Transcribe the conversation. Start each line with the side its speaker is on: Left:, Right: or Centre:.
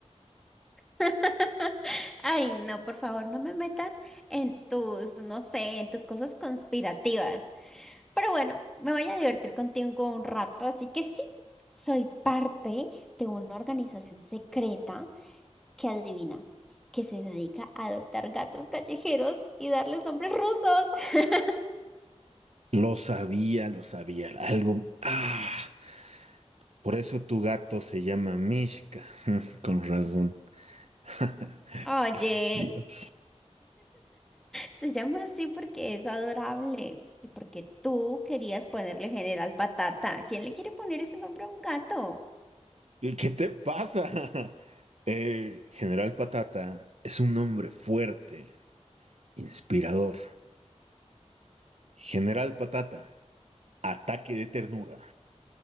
Centre: <laughs> Ay, no, por favor, no me metas en tus, no sé, en tus cosas conspirativas. Pero bueno, me voy a divertir contigo un rato, así que sí, soy parte de una organización secreta que adivina, que se dedica a adoptar gatos callejeros y darles nombres rusos. <laughs>
Right: Lo sabía, lo sabía. Algo. Ah, por eso tu gato se llama Mishka. <laughs> Con razón. <laughs>
Centre: Oye,
Right: Dios.
Centre: se llama así porque es adorable y porque tú querías ponerle General Patata. ¿Quién le quiere poner ese nombre a un gato?
Right: ¿Y qué te pasa? <laughs> Eh, General Patata es un hombre fuerte, inspirador. General Patata, ataque de ternura.